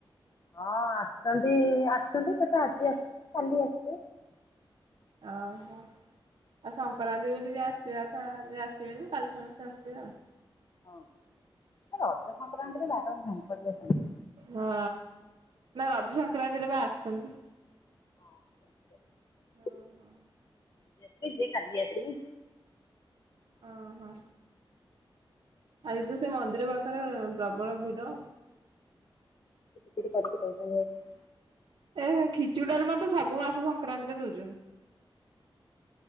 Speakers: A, on the left; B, on the right.
A: ହଁ ଆସୁଚନ୍ତି ଆସୁଚନ୍ତି ସେ ତ ଆଜି ଆସି ଆସିଥିବେ କାଲି ଆସିବେ।
B: ଅ ହ। ଆଉ ସଂକ୍ରାନ୍ତି ବୋଲି ଯିଏ ଆସିବା ଅଥା ଯିଏ ଆସିବେନି କାଲି ସମସ୍ତେ ଆସିବେ ଆଉ।
A: ହଁ ଏ ରଜ ସଂକ୍ରାନ୍ତିରେ ବାରଣ ନାହିଁ ପଳି ଆସନ୍ତି।
B: ହଁ ନା ରଜ ସଂକ୍ରାନ୍ତିରେ ବା ଆସନ୍ତି।
A: ହଁ ଆସନ୍ତି ରଜ <unintelligible>
B: ଓହୋ
A: <unintelligible> ଯିଏ କାଲି ଆସିବେ।
B: ଅଁ ହଁ। ଆଜି ତ ସେ ମନ୍ଦିର ପାଖେରେ ପ୍ରବଳ ଭିଡ।
A: <unintelligible>
B: ଏ ଖିଚୁଡି ଡାଲମା ତ ସବୁ ମାସ ସଂକ୍ରାନ୍ତିରେ ଦଉଚନ୍ତି।